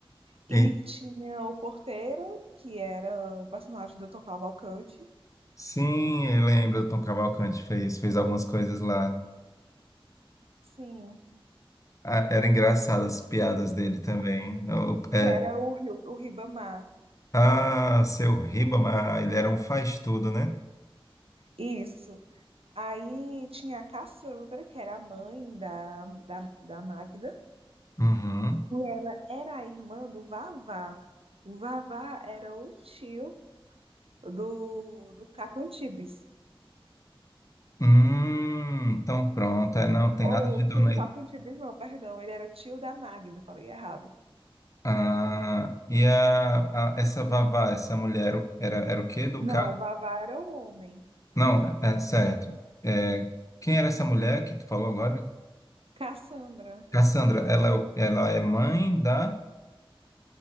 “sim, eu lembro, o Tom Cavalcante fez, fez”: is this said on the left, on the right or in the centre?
Left